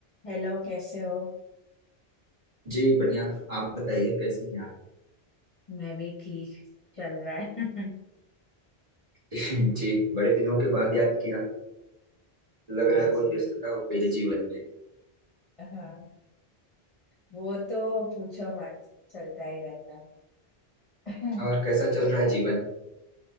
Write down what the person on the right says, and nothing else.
जी बढ़िया आप बताइए कैसी हैं आप
<laughs> जी बड़े दिनों के बाद याद किया लग
रहा है बहुत
व्यस्तता हो गई है जीवन में
और
कैसा चल रहा है जीवन